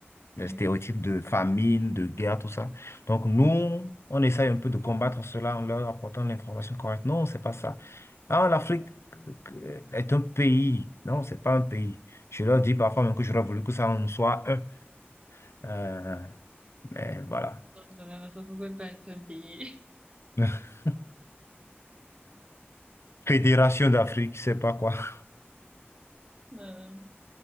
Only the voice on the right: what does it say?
Oui,
donc voilà, ça ne pouvait pas être un pays. <laughs>
Non, non.